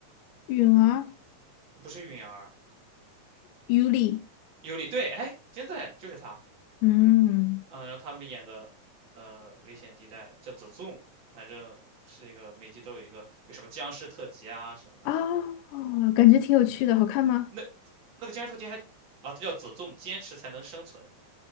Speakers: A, on the left; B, on the right.
A: 允儿、
B: 不是允儿，
A: 尤里，
B: 尤里，对，哎，真的哎，就是他，
A: 嗯。
B: 嗯，然后他们演的，呃，危险地带叫子 h 反正是一个每集都有一个有什么僵尸特辑啊什么乱七八糟的，
A: 哦，感觉挺有趣的，好看吗？
B: 那那个僵尸特辑还啊，这叫子 h 坚持才能生存。